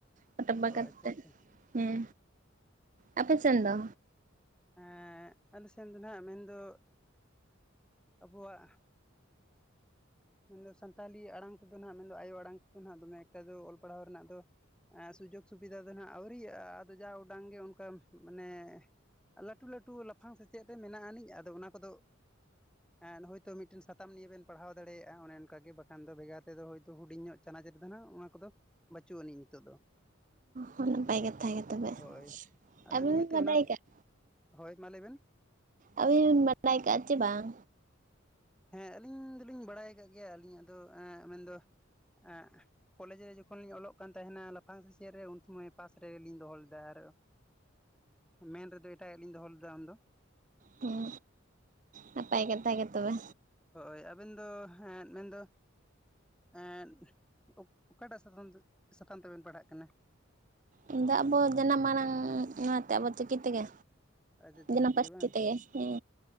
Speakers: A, on the right; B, in the centre.
A: ᱯᱟᱴᱟᱵᱟ
B: ᱚ
A: ᱠᱟᱛᱮ
B: ᱟᱪᱪᱷᱟ ᱟᱪᱪᱷᱟ
A: ᱦᱮᱸ ᱟᱯᱮ ᱥᱮᱱ ᱫᱚ
B: ᱮ ᱟᱞᱮᱥᱮᱱ ᱫᱚ ᱱᱟᱜ ᱢᱮᱱᱫᱚ ᱟᱵᱚᱣᱟᱜ ᱢᱮᱱᱫᱚ ᱥᱟᱱᱛᱟᱞᱤ ᱟᱲᱟᱝ ᱛᱮᱫᱚ ᱱᱟᱦᱜ ᱢᱮᱱᱫᱚ ᱟᱭᱳ ᱟᱲᱟᱝ ᱛᱮᱫᱚ ᱫᱚᱢᱮ ᱮᱠᱴᱟ ᱫᱚ ᱚᱞ ᱯᱟᱲᱦᱟᱣ ᱨᱮᱱᱟᱜ ᱫᱚ ᱥᱩᱡᱳᱜᱽ ᱥᱩᱵᱤᱫᱷᱟ ᱫᱚ ᱱᱟᱜ ᱟᱹᱣᱨᱤᱤᱭ-ᱟ ᱟᱫᱚ ᱡᱟ ᱩᱰᱟᱝ ᱜᱮ ᱚᱱᱠᱟ ᱢᱟᱱᱮ ᱞᱟᱹᱴᱩ ᱞᱟᱹᱴᱩ ᱞᱟᱯᱷᱟᱝ ᱥᱮᱪᱮᱫ ᱨᱮ ᱢᱮᱱᱟᱜ ᱟᱹᱱᱤᱡ ᱟᱫᱚ ᱚᱱᱟ ᱠᱚᱫᱚ ᱦᱮᱸ ᱦᱳᱭᱛᱳ ᱢᱤᱫᱴᱮᱱ ᱥᱟᱛᱟᱢ ᱱᱤᱭ ᱵᱮᱱ ᱯᱟᱲᱦᱟᱣ ᱮᱫᱟ ᱫᱟᱲᱮᱭᱟᱜ-ᱟ ᱚᱱᱮ ᱚᱱᱠᱟᱜᱮ ᱵᱟᱠᱷᱟᱱ ᱫᱚ ᱵᱷᱮᱜᱟᱨ ᱛᱮᱫ ᱦᱳᱭᱛᱳ ᱦᱩᱰᱤᱧᱚᱜ ᱪᱟᱱᱟᱪ ᱨᱮᱫᱚ ᱦᱱᱟᱜ ᱚᱱᱟ ᱠᱚᱫᱚ ᱵᱟᱹᱪᱩᱜ ᱟᱹᱱᱤᱡ ᱱᱤᱛᱚᱜ ᱫᱚ
A: ᱦᱚᱸ ᱱᱟᱯᱟᱭ ᱠᱟᱛᱷᱟ ᱜᱮ ᱛᱚᱵᱮ
B: ᱦᱳᱭ ᱟᱫᱚ
A: ᱟᱵᱤᱱ
B: ᱱᱤᱦᱟᱹᱛᱤ
A: ᱵᱤᱱ ᱵᱟᱰᱟᱭ
B: ᱚᱱᱟ
A: ᱠᱟᱜ
B: ᱦᱳᱭ ᱢᱟ ᱞᱟᱹᱭ ᱵᱮᱱ
A: ᱟᱹᱵᱤᱱ ᱦᱚᱸᱵᱤᱱ ᱵᱟᱰᱟᱭ ᱟᱠᱟᱜ-ᱟ ᱥᱮ ᱵᱟᱝ
B: ᱦᱮᱸ ᱟᱹᱞᱤᱧ ᱫᱚᱞᱤᱧ ᱵᱟᱲᱟᱭ ᱟᱠᱟᱫ ᱜᱮᱭᱟ ᱟᱹᱞᱤᱧᱟᱜ ᱫᱚ ᱮᱸᱜ ᱢᱮᱱᱫᱚ ᱮᱸᱫ ᱠᱚᱞᱮᱮᱡ ᱨᱮ ᱡᱚᱠᱷᱚᱱ ᱞᱤᱧ ᱚᱞᱚᱜ ᱠᱟᱱ ᱛᱟᱦᱮᱱᱟ ᱞᱟᱯᱷᱟᱝ ᱥᱮᱪᱮᱫ ᱨᱮ ᱩᱱ ᱥᱚᱢᱚᱭ ᱯᱟᱥ ᱨᱮᱜᱮᱞᱤᱧ ᱫᱚᱦᱚ ᱞᱮᱫᱟ ᱟᱨ ᱢᱮᱱ ᱨᱮᱫᱚ ᱮᱴᱟᱜᱟᱜ ᱞᱤᱧ ᱫᱚᱦᱚ ᱞᱮᱫᱟ ᱩᱱᱫᱚ
A: ᱦᱮᱸ ᱱᱟᱯᱟᱭ ᱠᱟᱛᱷᱟ ᱜᱮ ᱛᱚᱵᱮ
B: ᱦᱳᱭ ᱟᱵᱮᱱ ᱫᱚ ᱦᱮᱸ ᱢᱮᱱᱫᱚ ᱮᱸᱫ ᱚᱠᱟᱴᱟᱜ ᱥᱟᱛ ᱥᱟᱛᱟᱢ ᱛᱮᱵᱮᱱ ᱯᱟᱲᱦᱟᱜ ᱠᱟᱱᱟ?
A: ᱤᱧ ᱫᱚ ᱟᱵᱚ ᱡᱟᱱᱟᱢ ᱢᱟᱲᱟᱝ ᱚᱱᱟᱛᱮ, ᱟᱵᱚ ᱪᱤᱠᱤ ᱛᱮᱜᱮ᱾
B: ᱟᱪᱪᱷᱟ ᱪᱤᱠᱤ
A: ᱡᱟᱱᱟᱢ
B: ᱛᱮᱜᱮ
A: ᱯᱟᱥᱴᱤ
B: ᱵᱟᱝ
A: ᱛᱮ ᱜᱮ, ᱦᱩᱸ